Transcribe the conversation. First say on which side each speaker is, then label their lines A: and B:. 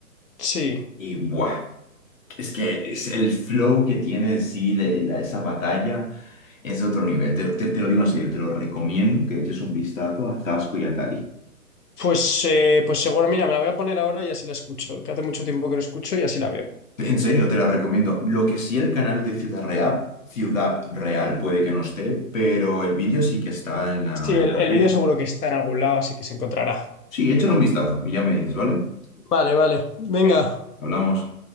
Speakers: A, on the left; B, on the left.
A: sí.
B: Y buah, es que es el flow que tiene sí le- la- esa batalla es de otro nivel. Te, te- te lo digo en serio, te lo recomiendo que le eches un vistazo a Zasco y a Tali.
A: Pues, eh, pues seguro, mira, me la voy a poner ahora y así la escucho, que hace mucho tiempo que no escucho y así la veo.
B: En serio, te la recomiendo. Lo que sí el canal de Ciudad Real, Ciudad Real puede que no esté, pero el vídeo sí que está en la,
A: Sí, el,
B: en la
A: el
B: red.
A: vídeo seguro que está en algún lado, así que se encontrará.
B: Sí, échale un vistazo y ya me dices, ¿vale?
A: Vale, vale. Venga.
B: Venga, hablamos.